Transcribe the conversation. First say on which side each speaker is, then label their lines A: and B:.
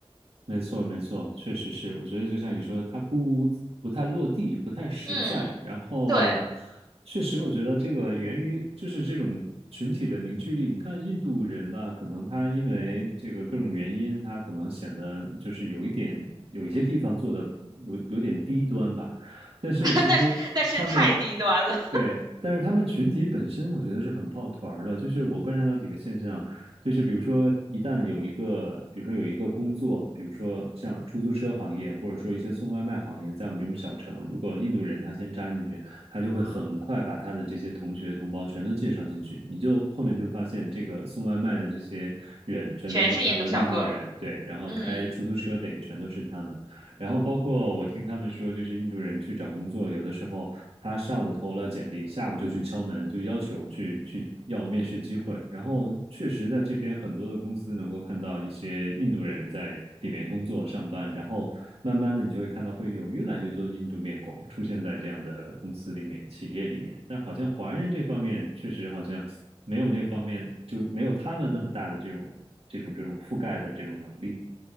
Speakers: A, on the right; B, on the right.
A: 没错，没错，确实是。我觉得就像你说的，它不不太落地，不太实在。
B: 嗯，
A: 然后，
B: 对，
A: 确实，我觉得这个源于就是这种群体的凝聚力。你看印度人吧，可能他因为这个各种原因，他可能显得就是有一点，有一些地方做的有有点低端吧。但是其实他们
B: <laughs> 那是那是太低端了，
A: 对，但是他们群体本身，我觉得是很抱团儿的。就是我观察到几个现象，就是比如说，一旦有一个，比如说有一个工作，比如说像出租车行业，或者说一些送外卖行业，在我们这种小城，如果印度人他先扎进去，他就会很快把他的这些同学同胞全都介绍进去，你就后面就会发现，这个送外卖的这些人全都变成了印度人，
B: 全是印度小哥。
A: 对，然后开出租车的也全都是他们。
B: 嗯。
A: 然后包括我听他们说，就是印度人去找工作，有的时候他上午投了简历，下午就去敲门，就要求去去要面试机会。然后确实在这边很多的公司能够看到一些印度人在里面工作上班，然后慢慢的你就会看到会有越来越多的印度面孔出现在这样的公司里面、企业里面。但好像华人这方面确实好像没有那方面，就是没有他们那么大的这种这种这种覆盖的这种能力。